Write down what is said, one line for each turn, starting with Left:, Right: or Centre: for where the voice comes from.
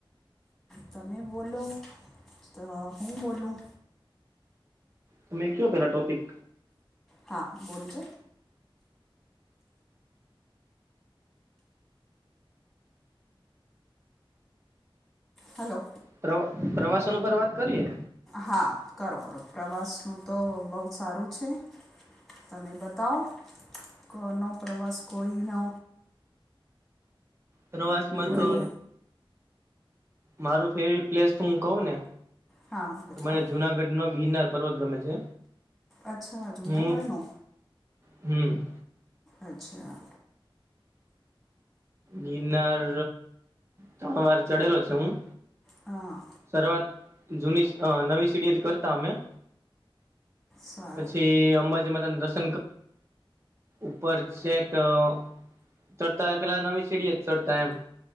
Centre: તમે બોલો તો હું બોલું.
Right: તમે કયો પેલા ટોપિક.
Centre: હા બોલજો. હલો.
Right: પ્ર પ્રવાસન ઉપર વાત કરીએ.
Centre: હા કરો કરો પ્રવાસનું તો બહુ સારું છે. તમે બતાવ કોનો પ્રવાસ કોઈનો.
Right: પ્રવાસમાં
Centre: કંઈ
Right: તો મારું ફેવરિટ પ્લેસ હું કઉ ને.
Centre: હા બતાવો
Right: મને જુનાગઢ નો ગિરનાર પર્વત ગમે છે.
Centre: અચ્છા જુનાગઢનો.
Right: હું હમ.
Centre: અચ્છા.
Right: ગિરનાર તણ વાર ચડેલો છે હું.
Centre: હા.
Right: શવાત જૂની નવી સીડીયત કરતા અમે.
Centre: સારું
Right: પછી અંબાજીમાં તને રસ. ઉપર સેટ ચ. પેલા નવી સીડી જ ચડતા એમ.